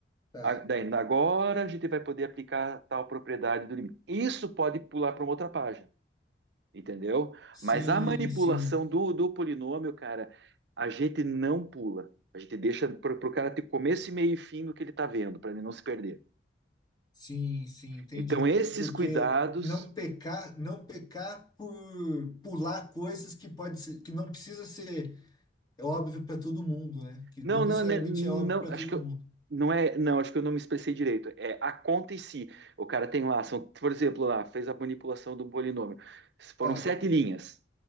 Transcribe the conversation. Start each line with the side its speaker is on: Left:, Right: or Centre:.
Left: tá.
Right: Daí, agora a gente vai poder aplicar tal propriedade do limite. Isso pode pular para uma outra página, entendeu?
Left: Sim,
Right: Mas a manipulação
Left: sim,
Right: do, do polinômio, cara, a gente não pula. A gente deixa para o cara ter começo meio e fim do que ele está vendo, para ele não se perder.
Left: sim, sim, entendi.
Right: Então, esses
Left: Porque
Right: cuidados
Left: não pecar, não pecar por pular coisas que pode ser, que não precisa ser é óbvio para todo mundo, né? Que
Right: Não,
Left: não necessariamente
Right: não, né, não,
Left: é óbvio para
Right: acho
Left: todo
Right: que eu,
Left: mundo.
Right: não é, não, acho que eu não me expressei direito. É a conta em si. O cara tem lá, são, por exemplo, lá, fez a manipulação do polinômio. Foram
Left: Tá,
Right: sete linhas.